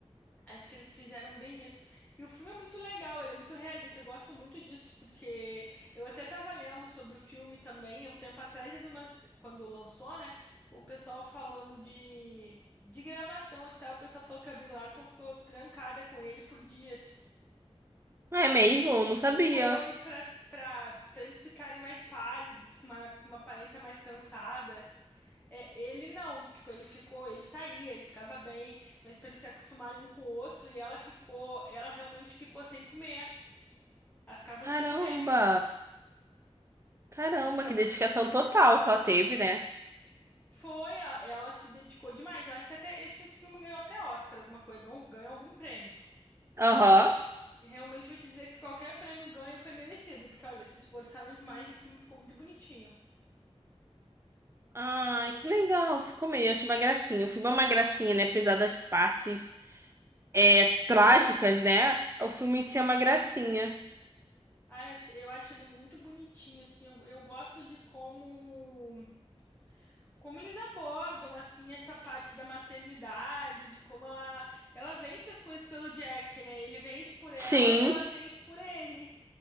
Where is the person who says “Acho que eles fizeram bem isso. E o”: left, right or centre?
Left